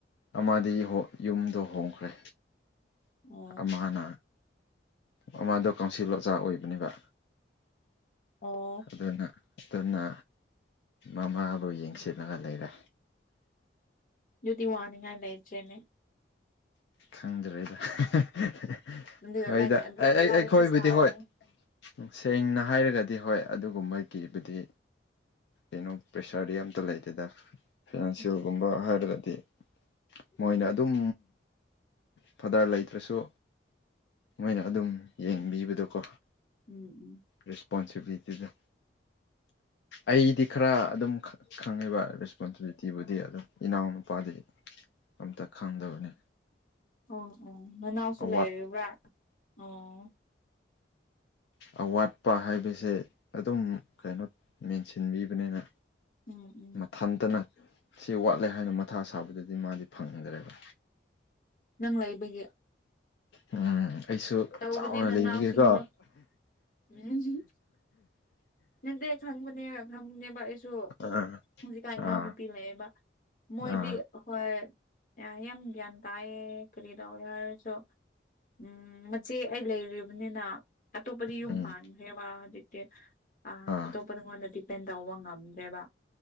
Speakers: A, on the left; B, on the left.
A: ꯑꯃꯗꯤ ꯌꯨꯝꯗꯣ ꯍꯣꯡꯈ꯭ꯔꯦ
B: ꯑꯣ
A: ꯑꯃꯅ ꯃꯃꯗꯣ ꯀꯥꯎꯟꯁꯤꯜ ꯑꯣꯖꯥ ꯑꯣꯏꯕꯅꯦꯕ
B: ꯑꯣ
A: ꯑꯗꯨꯅ ꯑꯗꯨꯟꯅ ꯃꯃꯥꯕꯨ ꯌꯦꯡꯁꯤꯜꯂꯒ ꯂꯩꯔꯦ
B: ꯑꯗꯨꯗꯤ ꯋꯥꯅꯤꯡꯉꯥꯏ ꯂꯩꯇꯔ‌ꯦꯅ‌ꯦ
A: ꯈꯪꯗ꯭ꯔꯦꯗ
B: ꯑꯗꯨꯒ
A: ꯍꯣꯏꯗ
B: ꯅꯪꯅ ꯑꯗꯨꯗ
A: ꯑꯩ
B: ꯂꯥꯏꯕ
A: ꯑꯩꯈꯣꯏꯕꯨꯗꯤ
B: ꯁꯥꯔꯒ
A: ꯍꯣꯏ <unintelligible> ꯁꯦꯡꯅ ꯍꯥꯏꯔꯒꯗꯤ ꯍꯣꯏ ꯑꯗꯨꯒꯨꯝꯕꯒꯤꯕꯨꯗꯤ ꯀꯩꯅꯣ ꯄ꯭ꯔꯦꯁꯔꯗꯤ ꯑꯃꯇ ꯂꯩꯇꯦꯗ ꯐꯤꯅꯥꯟꯁꯤꯌꯦꯜꯒꯨꯝꯕ
B: ꯎꯝ
A: ꯍꯥꯏꯔꯒꯗꯤ ꯃꯣꯏꯅ
B: ꯎꯝ
A: ꯑꯗꯨꯝ ꯐꯗꯥꯔ ꯂꯩꯇ꯭ꯔꯁꯨ ꯃꯣꯏꯅ ꯑꯗꯨꯝ ꯌꯦꯡꯕꯤꯕꯗꯣꯀꯣ
B: ꯎꯝ ꯎꯝ
A: ꯔꯦꯁꯄꯣꯟꯁꯤꯕꯤꯂꯤꯇꯤꯗ ꯑꯩꯗꯤ ꯈꯔ ꯑꯗꯨꯝ ꯈꯪꯉꯤꯕ ꯔꯦꯁꯄꯣꯟꯁꯤꯕꯤꯂꯤꯇꯤꯕꯨꯗꯤ ꯑꯗꯨꯝ ꯏꯅꯥꯎꯅꯨꯄꯥꯗꯤ ꯑꯃꯇ ꯈꯪꯗꯕꯅꯤ
B: ꯑꯣ ꯑꯣ ꯅꯥꯅꯎꯁꯨ
A: ꯑꯋꯥꯠ
B: ꯂꯩꯕ꯭ꯔ ꯑꯣ
A: ꯑꯋꯥꯠꯄ ꯍꯥꯏꯕꯁꯦ ꯑꯗꯨꯝ ꯀꯩꯅꯣ ꯃꯦꯟꯁꯤꯟꯕꯤꯕꯅꯤꯅ
B: ꯎꯝ ꯎꯝ
A: ꯃꯊꯟꯇꯅ ꯁꯤ ꯋꯥꯠꯂꯦ ꯍꯥꯏꯅ ꯃꯊꯥ ꯁꯥꯕꯗꯗꯤ ꯃꯥꯗꯤ ꯐꯪꯗ꯭ꯔꯦꯕ
B: ꯅꯪ ꯂꯩꯕꯒꯤ
A: ꯎꯝ ꯑꯩꯁꯨ
B: ꯇꯧꯕꯅꯦ
A: ꯆꯥꯎꯅ
B: ꯅꯅꯥꯎꯁꯤꯡꯗꯣ
A: ꯂꯩꯕꯒꯤꯀꯣ
B: ꯎꯝ ꯅꯠꯇꯦ ꯈꯪꯕꯅꯦꯕ ꯈꯪꯕꯅꯦꯕ ꯑꯩꯁꯨ
A: ꯑꯥ
B: ꯍꯧꯖꯤꯛꯀꯥꯟ
A: ꯑꯥ
B: ꯏꯅꯥꯎꯅꯨꯄꯤ ꯂꯩꯕ ꯃꯣꯏꯗꯤ
A: ꯑꯥ
B: ꯍꯍꯣꯏ ꯌꯥ ꯌꯥꯝ ꯒ꯭ꯌꯥꯟ ꯇꯥꯏꯌꯦ ꯀꯔꯤ ꯇꯧꯋꯦ ꯍꯥꯏꯔꯁꯨ ꯎꯝ ꯆꯦ ꯑꯩ ꯂꯩꯔꯤꯕꯅꯤꯅ ꯑꯇꯣꯞꯄꯗꯤ ꯌꯨꯝ
A: ꯎꯝ
B: ꯄꯥꯟꯈ꯭ꯔꯦꯕ ꯍꯧꯖꯤꯛꯇꯤ ꯑ
A: ꯑꯥ
B: ꯑꯇꯣꯞ ꯑꯩꯉꯣꯟꯗ ꯗꯤꯄꯦꯟ ꯇꯧꯕ ꯉꯝꯗ꯭ꯔꯦꯕ